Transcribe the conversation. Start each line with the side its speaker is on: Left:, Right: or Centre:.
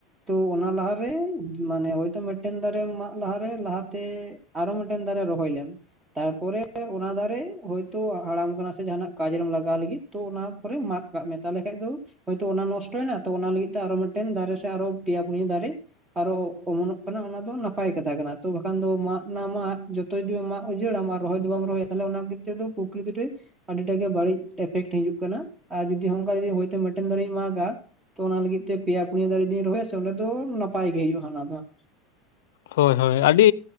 Right: ᱛᱚ ᱚᱱᱟ ᱞᱟᱦᱟᱨᱮ ᱢᱟᱱᱮ ᱦᱚᱭᱛᱚ ᱢᱤᱫᱴᱮᱱ ᱫᱟᱨᱮ ᱢᱟᱜ ᱞᱟᱦᱟᱨᱮ ᱞᱟᱦᱟᱛᱮ ᱟᱨᱚ ᱢᱤᱫᱴᱮᱱ ᱫᱟᱨᱮ ᱨᱚᱦᱚᱭ ᱞᱮᱢ᱾ ᱛᱟᱨᱯᱚᱨᱮ ᱚᱱᱟ ᱫᱟᱨᱮ ᱦᱳᱭᱛᱳ ᱦᱟᱲᱟᱢ ᱠᱟᱱᱟ ᱥᱮ ᱡᱟᱦᱟᱸᱱᱟᱜ ᱠᱟᱡ ᱨᱮᱢ ᱞᱟᱜᱟᱣ ᱞᱟᱹᱜᱤᱫ ᱛᱚ ᱚᱱᱟ ᱯᱚᱨᱮ ᱢᱟᱜ ᱠᱟᱜ ᱢᱮ ᱛᱟᱦᱚᱞᱮ ᱠᱷᱟᱡ ᱫᱚ ᱦᱚᱭᱛᱳ ᱚᱱᱟ ᱱᱚᱥᱴᱚᱭᱱᱟ ᱛᱚ ᱚᱱᱟ ᱞᱟᱹᱜᱤᱫ ᱛᱮ ᱟᱨᱚ ᱢᱤᱫᱴᱮᱱ ᱫᱟᱨᱮ ᱥᱮ ᱟᱨᱚ ᱯᱮᱭᱟ ᱯᱩᱱᱭᱟᱹ ᱫᱟᱨᱮ ᱟᱨᱚ ᱚᱢᱚᱱᱚᱜ ᱠᱟᱱᱟ ᱚᱱᱟ ᱫᱚ ᱱᱟ ᱯᱟᱭ ᱠᱟᱛᱷᱟ ᱠᱟᱱᱟ ᱛᱚ ᱵᱟᱠᱷᱟᱱ ᱫᱚ ᱢᱟᱜ ᱱᱟ ᱢᱟᱜ ᱡᱚᱛᱚ ᱡᱩᱫᱤᱢ ᱢᱟᱜ ᱩᱡᱟᱹᱲᱟᱢ ᱨᱚᱦᱚᱭ ᱫᱚ ᱵᱟᱢ ᱨᱚᱦᱚᱭᱟ ᱛᱚ ᱚᱱᱟ ᱠᱮᱛᱛᱮ ᱫᱚ ᱯᱚᱠᱨᱤᱛᱤ ᱨᱮ ᱟᱹᱰᱤᱴᱟ ᱜᱮ ᱵᱟᱹᱲᱤᱡ ᱤᱯᱷᱮᱠᱴ ᱦᱤᱡᱩᱜ ᱠᱟᱱᱟ ᱟᱨ ᱡᱩᱫᱤ ᱦᱚᱝᱠᱟ ᱡᱩᱫᱤ ᱦᱚᱭᱛᱳ ᱢᱤᱫᱴᱮᱱ ᱫᱟᱨᱮᱧ ᱢᱟᱜᱟ ᱛᱚ ᱚᱱᱟ ᱞᱟᱹᱜᱤᱫ ᱛᱮ ᱯᱮᱭᱟ ᱯᱩᱱᱭᱟᱹ ᱫᱟᱨᱮ ᱡᱩᱫᱤᱧ ᱨᱚᱦᱚᱭᱟ ᱥᱮ ᱚᱸᱵᱮ ᱫᱚ ᱱᱟᱯᱟᱭ ᱜᱮ ᱦᱩᱭᱩᱜᱼᱟ ᱚᱱᱟ ᱫᱚ ᱦᱟᱸᱜ᱾
Left: ᱦᱳᱭ ᱦᱳᱭ ᱟᱹᱰᱤ